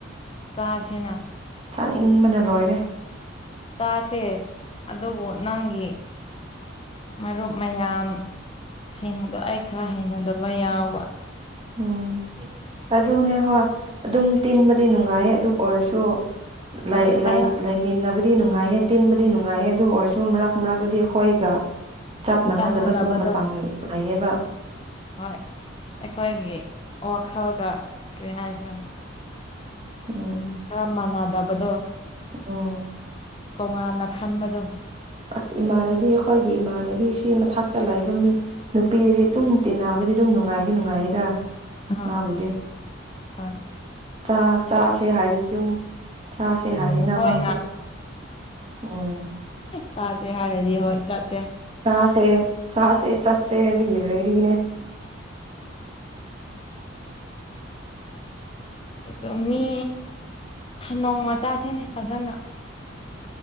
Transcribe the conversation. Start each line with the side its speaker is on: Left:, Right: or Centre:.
Left: ꯇꯁꯤꯅ
Right: ꯆꯥꯅꯤꯡꯕꯅ ꯂꯣꯏꯔꯦ
Left: ꯆꯥꯁꯦ ꯑꯗꯨꯕꯨ ꯅꯪꯒꯤ ꯃꯔꯨꯞ ꯃꯌꯥꯝ ꯁꯤꯡꯗꯣ ꯑꯩ ꯈꯔ ꯍꯩꯅꯗꯕ ꯌꯥꯎꯕ
Right: ꯎꯝ ꯑꯗꯨꯅꯦ ꯍꯣꯏ ꯑꯗꯨꯝ ꯇꯤꯟꯕꯗꯤ ꯅꯨꯡꯉꯥꯏ ꯑꯗꯨ ꯑꯣꯏꯔꯁꯨ
Left: ꯍꯣꯏ
Right: ꯂ
Left: ꯈꯔ
Right: ꯂꯥꯏ ꯂꯩꯃꯤꯟꯅ ꯍꯥꯏꯕꯗꯤ ꯅꯨꯡꯉꯥꯏꯌꯦ ꯇꯤꯟꯕꯗꯤ ꯅꯨꯡꯉꯥꯏꯌꯦ ꯑꯗꯨ ꯑꯣꯏꯔꯁꯨ ꯃꯔꯛ ꯃꯔꯛꯇꯗꯤ ꯍꯈꯣꯏꯒ ꯆꯞ ꯃꯥꯟꯅꯗꯕ
Left: ꯆꯥꯟꯅꯗꯕꯗꯣ
Right: ꯁꯤꯒꯨꯝꯕ ꯇꯥꯃꯤ ꯂꯩꯌꯦꯕ
Left: ꯑꯍꯣꯏ ꯍꯣꯏ ꯑꯩꯈꯣꯏꯒꯤ ꯋꯥꯈꯜꯒ ꯀꯔꯤ ꯍꯥꯏꯁꯦ
Right: ꯎꯝ
Left: ꯔꯃꯅꯥꯗꯕꯗꯣ
Right: ꯎꯝ
Left: ꯇꯣꯉꯥꯟꯅ ꯈꯟꯕꯗꯣ
Right: ꯑꯁ ꯏꯃꯥꯟꯅꯕꯤ ꯑꯩꯈꯣꯏꯒꯤ ꯏꯃꯥꯟꯅꯕꯤ ꯁꯤ ꯃꯊꯥꯛꯛꯇ ꯂꯥꯛꯕ ꯃꯤ ꯅꯨꯄꯤꯗꯤ ꯑꯗꯨꯝ ꯇꯤꯟꯅꯕꯗꯤ ꯑꯗꯨꯝ ꯅꯨꯡꯉꯥꯏꯗꯤ ꯅꯨꯡꯉꯥꯏꯔꯤꯗ
Left: ꯍꯣꯏ
Right: ꯃꯥꯕꯨꯗꯤ
Left: ꯍꯣꯏ
Right: ꯆ ꯆꯥꯁꯦ ꯍꯥꯏꯔꯗꯤ ꯑꯗꯨꯝ ꯆꯥꯁꯦ ꯍꯥꯏꯌꯦꯅ
Left: ꯍꯣꯏ
Right: ꯃꯥꯁꯨ ꯎꯝ
Left: ꯁꯥꯥꯁꯦ ꯍꯥꯏꯔꯗꯤ ꯍꯣꯏ ꯆꯠ
Right: ꯆꯥꯁꯦ ꯆꯥꯁꯦ ꯆꯠꯁꯦꯦꯅꯦ
Left: ꯑꯗꯣ ꯃꯤ ꯅꯣꯡ ꯃꯆꯥꯁꯤꯅꯦ ꯐꯖꯅ